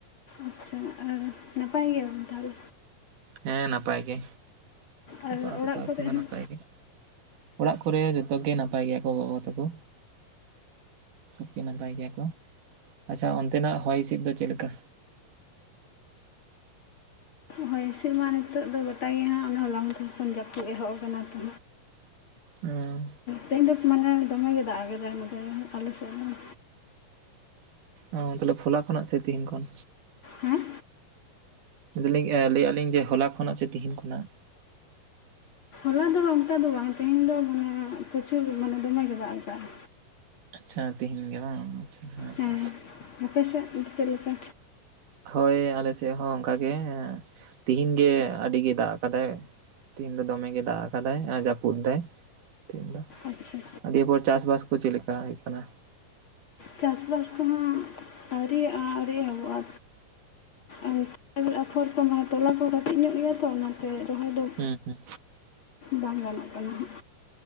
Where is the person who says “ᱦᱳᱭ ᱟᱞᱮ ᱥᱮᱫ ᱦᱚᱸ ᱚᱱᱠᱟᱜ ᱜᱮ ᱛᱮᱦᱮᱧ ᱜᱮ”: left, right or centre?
Right